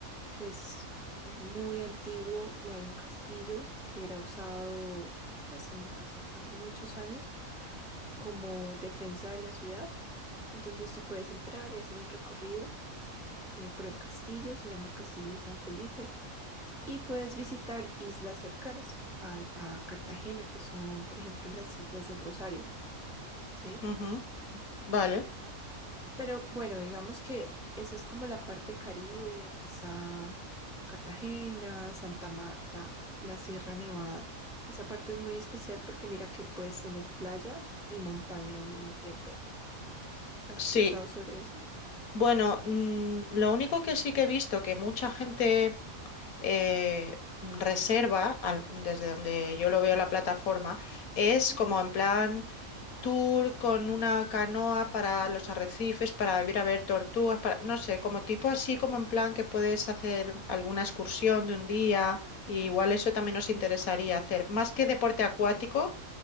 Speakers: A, in the centre; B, on the left.
A: que es muy antiguo y hay un castillo que era usado pues en- hace, hace muchos años como defensa de la ciudad Entonces tú puedes entrar y hacer un recorrido eh, por el castillo, se llama el Castillo de San Felipe, y puedes visitar islas cercanas al- a, Cartagena, que son, por ejemplo, las Islas del Rosario, ¿sí?
B: Ujú, vale,
A: Pero bueno, digamos que esa es como la parte Caribe, está Cartagena, Santa Marta, la Sierra Nevada. Esa parte es muy especial porque mira que puedes tener playa y montaña al mismo tiempo. ¿Has
B: sí.
A: escuchado sobre eso?
B: Bueno, mm, lo único que sí que he visto que mucha gente eh, reserva, al- desde donde yo lo veo en la plataforma, es
A: Ujú.
B: como en plan tour con una canoa para los arrecifes, para ir a ver tortugas, para, no sé, como tipo así, como en plan que puedes hacer alguna excursión de un día, y igual eso también nos interesaría hacer, más que deporte acuático,